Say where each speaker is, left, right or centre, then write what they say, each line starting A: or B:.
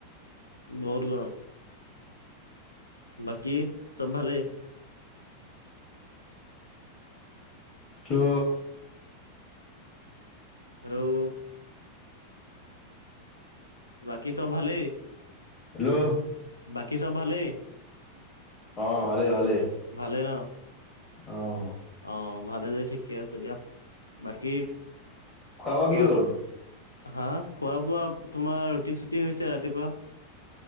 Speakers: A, on the left; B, on the left.
A: বহুত গৰম। বাকী চব ভালেই?
B: তো
A: হেল্ল'? বাকী চব ভালেই!
B: হেল্ল'?
A: বাকী চব ভালেই?
B: অ', ভালেই ভালেই।
A: ভালেই ন?
B: অ'।
A: অ' ভালে যদি ঠিকে আছে দিয়া, বাকী
B: বোৱা
A: কোৱা?
B: কি হ'ল?
A: হা'? খোৱা বোৱা তোমাৰ ৰুটি চুটি হৈছে ৰাতিপুৱা।